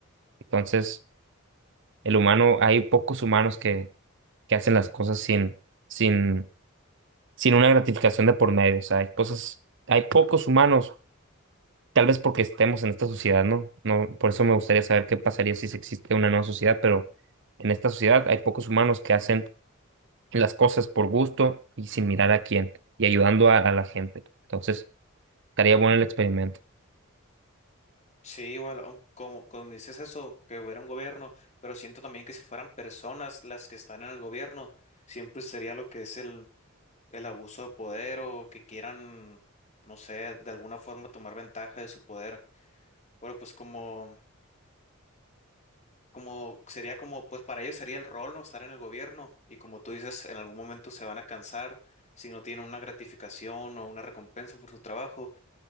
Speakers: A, on the right (about 60°); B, on the left (about 35°).
A: entonces, el humano, hay pocos humanos que, que hacen las cosas sin, sin, sin una gratificación de por medio. O sea, hay cosas, hay pocos humanos Tal vez porque estemos en esta sociedad, ¿no? No, por eso me gustaría saber qué pasaría si se existe una nueva sociedad, pero en esta sociedad hay pocos humanos que hacen las cosas por gusto y sin mirar a quién y ayudando a, a la gente. Entonces, estaría bueno el experimento.
B: Sí, igual, aun como, como dices eso, que hubiera un gobierno, pero siento también que si fueran personas las que están en el gobierno, siempre sería lo que es el, el abuso de poder o que quieran, no sé, de alguna forma tomar ventaja de su poder. Bueno, pues como, como sería como, pues para ellos sería el rol, ¿no? Estar en el gobierno y como tú dices, en algún momento se van a cansar si no tienen una gratificación o una recompensa por su trabajo,